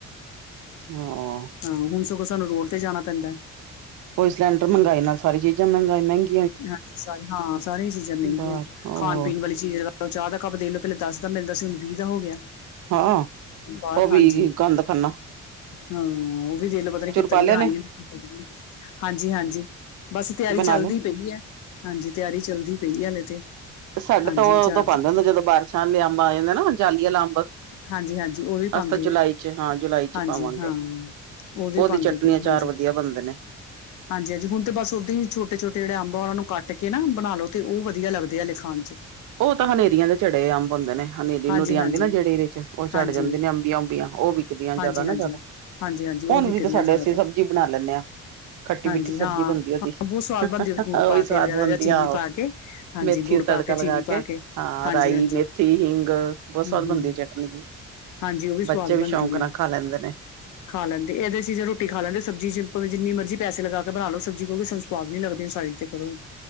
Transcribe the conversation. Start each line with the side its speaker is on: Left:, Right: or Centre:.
Right: ਹਾਂ
Left: ਹਾਂ, ਹੁਣ ਸਗੋਂ ਸਾਨੂੰ ਰੋਡ ਤੇ ਜਾਣਾ ਪੈਂਦਾ ਹੈ।
Right: ਕੋਈ ਸਿਲੰਡਰ ਮਹਿੰਗੇ, ਨਾਲ ਸਾਰੀ ਚੀਜ਼ਾਂ ਮਹਗਾਈ ਮਹਿੰਗੀ।
Left: ਹਾਂ-ਹਾਂ, ਸਾਰਿਆਂ ਚੀਜ਼ਾਂ ਮਹਿੰਗੀਆਂ,
Right: ਬਾਹਰ ਹੋਰ
Left: ਖਾਣ-ਪੀਣ ਵਾਲੀ ਚੀਜਾਂ, ਚਾਹ ਦਾ ਕੱਪ ਦੇਖ ਲਓ ਪਹਿਲਾਂ ਦਸ ਦਾ ਮਿਲਦਾ ਸੀ, ਹੁਣ ਵੀਹ ਦਾ ਹੋ ਗਿਆ।
Right: ਹਾਂ,
Left: ਬਾਹਰ
Right: ਉਹ ਵੀ
Left: ਹਾਂਜੀ
Right: ਗੰਦ ਖਾਣਾ।
Left: ਹਾਂ, ਉਹ ਵੀ ਦੇਖ ਲੋ ਪਤਾ ਨੀ ਕਿੱਦਾਂ
Right: ਪਾ
Left: ਦੀ
Right: ਲਿਆ
Left: ਬਣਾਣੀ,
Right: ਨੇ
Left: ਕਿਦਾਂ ਦੀ, ਹਾਂਜੀ-ਹਾਂਜੀ ਬਸ ਤਿਆਰੀ
Right: ਬਣਾ
Left: ਚੱਲਦੀ
Right: ਲਏ
Left: ਪਈ ਹੈ ਹਾਂਜੀ, ਤਿਆਰੀ ਚੱਲਦੀ ਪਈ ਹਲੇ ਤੇ।
Right: ਸਾਡੇ
Left: ਹਾਂਜੀ
Right: ਤੋਂ, ਉਦੋਂ
Left: ਚਾਰਜ
Right: ਪਾਂਦੇ ਹੁੰਦੇ, ਜਦੋਂ ਬਾਰਿਸ਼ਾਂ ਵਾਲੇ ਅੰਬ ਆ ਜਾਂਦੇ ਨਾ ਜਾਲੀ ਆਲਾ ਅੰਬ
Left: ਹਾਂਜੀ-ਹਾਂਜੀ ਓਦੋ ਹੀ
Right: ਅਸੀਂ
Left: ਪਾਂਦੀ
Right: ਤਾਂ ਜੁਲਾਈ
Left: ਏ,
Right: ਚ ਹਾਂ ਜੁਲਾਈ ਚ
Left: ਹਾਂਜੀ
Right: ਪਾਵਾਂਗੇ
Left: ਹਾਂ ਉਹਦੋਂ
Right: ਉਹਦੀ
Left: ਪਾਂਦੇ
Right: ਚਟਨੀ
Left: ਪਈ,
Right: ਅਚਾਰ
Left: ਹਾਂਜੀ-ਹਾਂਜੀ-ਹਾਂਜੀ
Right: ਵਧੀਆ ਬਣਦੇ ਨੇ
Left: ਹੁਣ ਤੇ ਬਸ ਓਹਦੇ ਹੀ, ਛੋਟੇ-ਛੋਟੇ ਜਿਹੜੇ ਅੰਬ ਉਹਨਾ ਨੂੰ ਕੱਟ ਕੇ ਨਾ, ਬਣਾ ਲੋ ਤੇ ਉ ਵਧੀਆ ਲੱਗਦੇ ਆ, ਹਲੇ ਖਾਣ ਚ
Right: ਉ ਤਾਂ ਹਨੇਰੀਆਂ ਦੇ ਝੱਡੇ ਅੰਬ ਹੁੰਦੇ ਨੇ, ਹਨੇਰੀ-ਨੂਰੀ
Left: ਹਾਂਜੀ
Right: ਆਂਦੀ
Left: ਹਾਂਜੀ
Right: ਨਾ ਜੇਹੜੀ ਇਦੇ ਚ, ਉਹ ਝੜ
Left: ਹਾਂਜੀ
Right: ਜਾਂਦੇ ਨੇ ਅੰਬੀਆਂ-ਉਬੀਆਂ ਉਹ ਵੀ ਦੀਆਂ ਜ਼ਿਆਦਾ
Left: ਹਾਂਜੀ
Right: ਨਾ
Left: ਹਾਂਜੀ
Right: ਜ਼ਿਆਦਾ
Left: ਹਾਂਜੀ ਹਾਂਜੀ
Right: ਹੁਣ
Left: ਉਹ ਵਿਕਦੀਆਂ
Right: ਵੀ ਤੇ ਸਾਡੇ
Left: ਜ਼ਿਆਦਾਤਰ
Right: ਅਸੀਂ ਸਬਜ਼ੀ ਬਣਾ ਲੈਂਦੇ ਹਾਂ। ਖੱਟੀ-ਮਿੱਠੀ
Left: ਹਾਂਜੀ
Right: ਸਬਜ਼ੀ
Left: ਹਾਂ
Right: ਬਣਦੀ
Left: ਹਾਂ
Right: ਉਹਦੀ।
Left: ਬਹੁਤ ਸਵਾਦ ਬਣਦੀ
Right: ਉਹੀ
Left: ਉਹਦੇ ਗੁੜ ਪਾ
Right: ਸਵਾਦ
Left: ਕੇ ਵਗੈਰਾ
Right: ਬਣਦੀ
Left: ਜਾਂ ਚੀਨੀ
Right: ਆਹੋ
Left: ਪਾ ਕੇ ਹਾਂਜੀ
Right: ਮੇਥੀ
Left: ਗੁੜ
Right: ਦਾ
Left: ਪਾ
Right: ਤੜਕਾ ਲਗਾ
Left: ਚੀਨੀ
Right: ਕੇ
Left: ਪਾ
Right: ਹਾਂ,
Left: ਹਾਂਜੀ
Right: ਰਾਈ,
Left: ਹਾਂਜੀ
Right: ਮੇਥੀ, ਹਿੰਗ
Left: ਹੂੰ
Right: ਬਹੁਤ ਸਵਾਦ
Left: ਹੂੰ
Right: ਬਣਦੀ ਹੈ ਚਟਨੀ ਜੀ।
Left: ਹਾਂਜੀ ਉਹ ਸਵਾਦ
Right: ਬੱਚੇ ਵੀ
Left: ਬਣਦੀ
Right: ਸ਼ੌਕ
Left: ਆ
Right: ਨਾਲ ਖਾ ਲੈਂਦੇ ਨੇ।
Left: ਖਾ ਲੈਂਦੇ ਇਹਦੇ ਚੀ ਜਾਂ ਰੋਟੀ ਖਾ ਲੈਂਦੇ ਸਬਜ਼ੀ ਜਿੰਨੀ ਮਰਜ਼ੀ ਪੈਸੇ ਲਗਾ ਕੇ ਬਣਾ ਲਓ ਸਬਜ਼ੀ ਕੋਈ ਸਵਾਦੀ ਨਹੀਂ ਲੱਗਦੀ। ਸਾਈਡ ਤੇ ਕਰੋ,